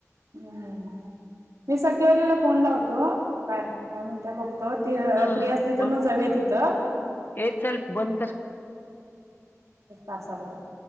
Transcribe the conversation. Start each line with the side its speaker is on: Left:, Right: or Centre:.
Right: हम्म मी सकिवालीला फोन लावतो काय. काय म्हणत्या बघतो, ते
Left: हा
Right: फ्री असली तर
Left: बघ
Right: मग जाऊया तिथं.
Left: ए चल बंद कर
Right: एक तासा भरात